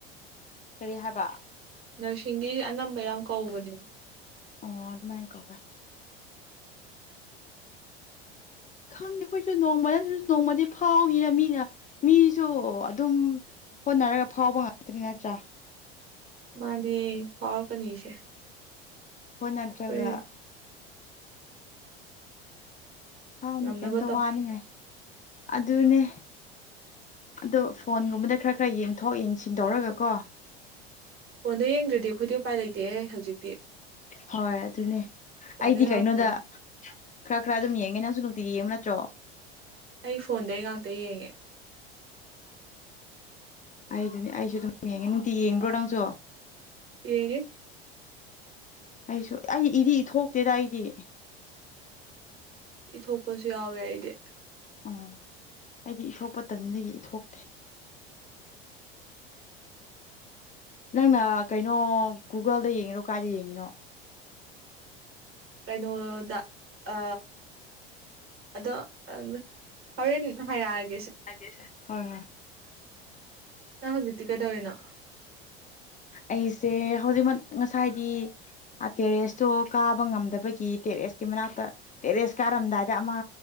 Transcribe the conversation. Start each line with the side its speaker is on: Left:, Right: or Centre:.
Left: ꯀꯔꯤ ꯍꯥꯏꯕ
Right: ꯅꯔꯁꯤꯡꯒꯤ ꯑꯅꯝꯕ ꯌꯥꯝ ꯀꯧꯕꯅꯦꯕ
Left: ꯑꯣ ꯑꯗꯨꯃꯥꯏꯅ ꯀꯧꯋꯦ ꯈꯪꯅꯤ ꯑꯩꯈꯣꯏꯁꯨ ꯅꯣꯡꯃꯗꯁꯨ ꯅꯣꯡꯃꯗꯤ ꯐꯥꯎꯅꯤꯅ ꯃꯤꯅ ꯃꯤꯁꯨ ꯑꯗꯨꯝ ꯍꯣꯠꯅꯔꯒ ꯐꯥꯎꯕ ꯉꯥꯛꯇꯅꯤ ꯅꯠꯇ꯭ꯔꯥ
Right: ꯃꯥꯅꯦ ꯐꯥꯎꯔꯛꯀꯅꯤꯁꯦ
Left: ꯍꯣꯠ ꯅꯇ꯭ꯔꯒ
Right: ꯑꯩꯈꯣꯏ
Left: ꯐꯥꯎꯅꯤ
Right: ꯉꯝꯅꯕ
Left: ꯀꯩꯝꯇ
Right: ꯇꯧ
Left: ꯋꯥꯅꯤꯉꯥꯏ ꯑꯗꯨꯅꯦ ꯑꯗꯣ ꯐꯣꯟꯒꯨꯝꯕꯗ ꯈꯔ ꯈꯔ ꯌꯦꯡꯊꯣꯛ ꯌꯦꯡꯁꯤꯟ ꯇꯧꯔꯒꯀꯣ
Right: ꯐꯣꯟꯗꯣ ꯌꯦꯡꯗ꯭ꯔꯗꯤ ꯑꯩꯈꯣꯏꯗꯤ ꯎꯄꯥꯏ ꯂꯩꯇꯦꯍꯦ ꯍꯧꯖꯤꯛꯇꯤ
Left: ꯍꯣꯏ ꯑꯗꯨꯅꯦ
Right: ꯐꯣꯟꯗꯩ
Left: ꯑꯩꯗꯤ
Right: ꯉꯥꯛꯇꯅꯤ
Left: ꯀꯩꯅꯣꯗ ꯈꯔ ꯈꯔ ꯑꯗꯨꯝ ꯌꯦꯡꯉꯦ ꯅꯪꯁꯨ ꯅꯨꯡꯇꯤ ꯌꯦꯡꯉꯨ ꯅꯠꯇ꯭ꯔꯣ
Right: ꯑꯩ ꯐꯣꯟꯗꯩ ꯉꯥꯛꯇ ꯌꯦꯡꯉꯦ
Left: ꯑꯩꯗꯤ ꯑꯩꯁꯨ ꯑꯗꯨꯝ ꯌꯦꯡꯉꯦ ꯅꯨꯡꯇꯤ ꯌꯦꯡꯕ꯭ꯔꯣ ꯅꯪꯁꯨ
Right: ꯌꯦꯡꯉꯦ
Left: ꯑꯩꯁꯨ ꯑꯩ ꯏꯗꯤ ꯏ ꯊꯣꯛꯇꯦꯗ ꯑꯩꯗꯤ
Right: ꯥꯏꯊꯣꯛꯄꯁꯨ ꯌꯥꯎꯋꯦ ꯑꯩꯗꯤ
Left: ꯑꯣ ꯑꯩꯗꯤ ꯏꯊꯣꯛꯄ ꯇꯟꯅꯤ ꯏꯊꯣꯛꯇꯦ ꯅꯪꯅ ꯀꯩꯅꯣ ꯒꯨꯒꯜꯗ ꯌꯦꯡꯉꯤꯔꯣ ꯀꯥꯏꯗ ꯌꯦꯡꯉꯤꯅꯣ
Right: ꯀꯩꯅꯣꯗ ꯑ ꯑꯗꯣ ꯇꯟꯕꯅꯤ ꯍꯣꯔꯦꯟ ꯍꯥꯏꯔꯛꯑꯒꯦ
Left: ꯒꯤꯁ‌ꯦ ꯍꫭꯏ ꯍꯣꯏ
Right: ꯅꯪ ꯍꯧꯖꯤꯛꯇꯤ ꯀꯩꯗꯧꫪꯤꯅꯣ
Left: ꯑꯩꯁꯦ ꯍꯧꯖꯤꯛꯃꯛ ꯉꯁꯥꯏꯗꯤ ꯇꯦꯔꯦꯁꯇꯣ ꯀꯥꯕ ꯉꯝꯗꯕꯒꯤ ꯇꯦꯔꯦꯁ ꯃꯅꯥꯛꯇ ꯇꯦꯔꯦꯁ ꯀꯥꯔꯝꯗꯥꯏꯗ ꯑꯃ